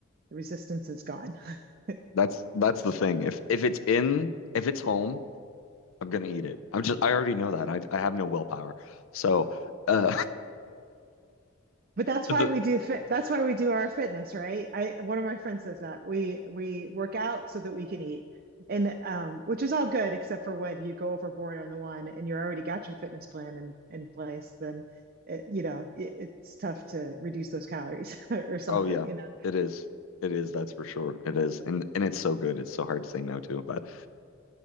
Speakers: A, on the right; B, on the left.
A: the resistance is gone. Mm.
B: That's that's the thing. If if it's in if it's home, I'm gonna eat it. I'm just I already know that. I I have no willpower. So uh
A: But
B: <laughs>
A: that's why
B: the
A: we do fit. That's why we do our fitness, right? I one of my friends says that we we work out so that we can eat, and um, which is all good except for when you go overboard on the one and you're already got your fitness plan in in place, then it, you know it, it's tough to reduce those calories <laughs> or something,
B: oh yeah,
A: you know.
B: it is. It is, that's for sure. It is. And and it's so good. It's so hard to say no to. But